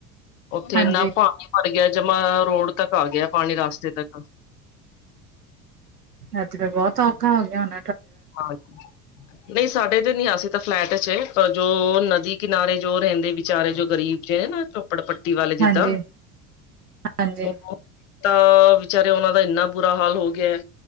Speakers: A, on the left (about 55°); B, on the right (about 85°).
A: ਉੱਥੇ
B: ਹਾਂਜੀ
A: ਇੰਨਾ ਪਾਣੀ ਭਰ ਗਿਆ ਜਮਾ ਰੋਡ ਤੱਕ ਆ ਗਿਆ ਪਾਣੀ ਰਸਤੇ ਤੱਕ।
B: ਇੱਥੇ ਤਾਂ ਬਹੁਤ ਔਖਾ ਹੋ ਗਿਆ ਹੁਣ।
A: ਹਾਂਜੀ। ਨਹੀਂ, ਸਾਡੇ ਤੇ ਨੀ ਅਸੀਂ ਤਾਂ ਫਲੈਟ ਚ, ਪਰ ਜੋ ਨਦੀ ਕਿਨਾਰੇ ਜੋ ਰਹਿੰਦੇ ਵਿਚਾਰੇ ਜੋ ਗਰੀਬ ਜੇ ਆ ਨਾ ਝੋਪੜ ਪੱਟੀ ਵਾਲੇ ਜਿੱਦਾਂ
B: ਹਾਂਜੀ ਹਾਂਜੀ
A: ਉਹ ਤਾਂ ਵਿਚਾਰੇ ਉਹਨਾ ਦਾ ਇੰਨਾ ਬੁਰਾ ਹਾਲ ਹੋ ਗਿਆ,